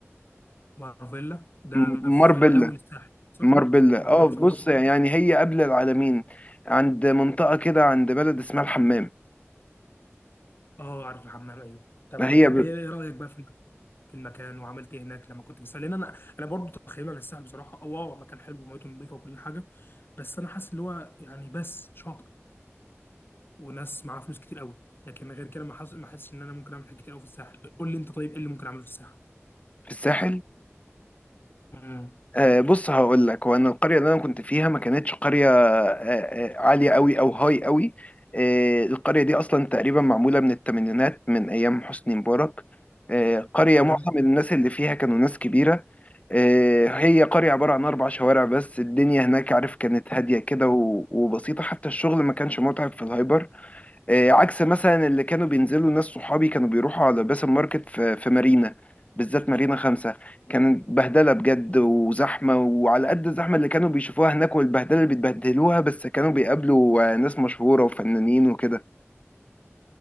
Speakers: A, on the left; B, on the left.
A: مارفيلا ده
B: م-
A: في
B: ماربيلا
A: الاول الساحل صح؟
B: ماربيلا
A: مارفيلا
B: اه بص
A: في اول الساحل
B: يعني هي قبل العالمين عند منطقة كده عند بلد اسمها الحمام
A: اه عارف الحمام ايوه طب
B: ما هي
A: كانت
B: ب-
A: ايه إيه رايك بقى في الم- في المكان وعملت ايه هناك لما كنت في الساحل لان انا انا برضه تخيل على الساحل بصراحه اه آه، مكان حلو وميته نظيفه وكل حاجه بس انا حاسس اللي هو يعني بس شاطئ وناس معاها فلوس كتير قوي لكن غير كده ما حاسس ما حاسس ان انا ممكن اعمل حاجات كتير قوي في الساحل قول لي انت طيب ايه اللي ممكن اعمله في الساحل
B: في الساحل
A: امم
B: آه، بص هقول لك هو انا القريه اللي انا كنت فيها ما كانتش قريه آه، آه، عاليه قوي او هاي قوي آه، القريه دي اصلا تقريبا معموله من الثمانينات من ايام حسني مبارك آه، قريه
A: تمام
B: معظم الناس اللي فيها كانوا ناس كبيره آه، هي قريه عباره عن اربع شوارع بس الدنيا هناك عارف كانت هاديه كده و- وبسيطه حتى الشغل ما كانش متعب في الهايبر آه، عكس مثلا اللي كانوا بينزلوا ناس صحابي كانوا بيروحوا على باسم ماركت في في مارينا بالذات مارينا خمسة كانت بهدلة بجد وزحمة وعلى قد الزحمة اللي كانوا بيشوفوها هناك والبهدلة اللي بيتبهدلوها بس كانوا بيقابلوا آه، ناس مشهورة وفنانين وكده